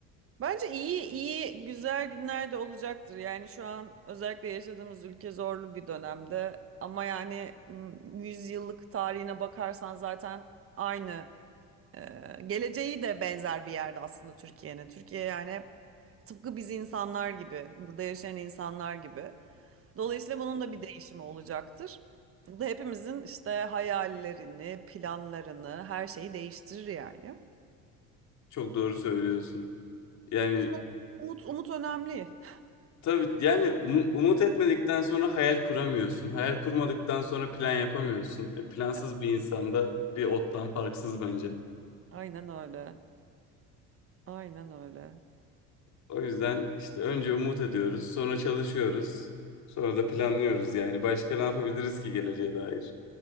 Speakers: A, on the right; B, on the left.
A: Bence iyi iyi güzel günler de olacaktır. Yani şu an özellikle yaşadığımız ülke zorlu bir dönemde. Ama yani m, yüzyıllık tarihine bakarsan zaten aynı e, geleceği de benzer bir yerde aslında Türkiye'nin. Türkiye yani hep tıpkı biz insanlar gibi, burada yaşayan insanlar gibi. Dolayısıyla bunun da bir değişimi olacaktır. Bu da hepimizin işte hayallerini, planlarını, her şeyi değiştirir yani.
B: Çok doğru söylüyorsun. Yani
A: O yüzden umut, umut önemli.
B: Tabii yani um- umut etmedikten sonra hayal kuramıyorsun. Hayal kurmadıktan sonra plan yapamıyorsun. E, plansız
A: Evet,
B: bir insanda bir ottan farksız bence.
A: aynen öyle. Aynen öyle.
B: O yüzden işte önce umut ediyoruz, sonra çalışıyoruz, sonra da planlıyoruz yani. Başka ne yapabiliriz ki geleceğe dair?